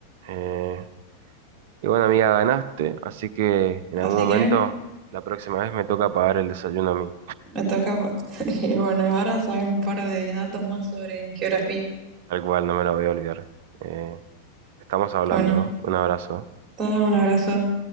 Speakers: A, on the right; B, on the right.
A: Eh, Y bueno, amiga, ganaste, así que en
B: Así
A: algún momento,
B: que
A: la próxima vez me toca pagar el desayuno a mí,
B: me toca. pa- <laughs> y bueno, y ahora sabes un par de datos más sobre geografía.
A: tal cual, no me la voy a olvidar. Eh, estamos hablando,
B: Bueno,
A: ¿eh? Un abrazo.
B: da un abrazo.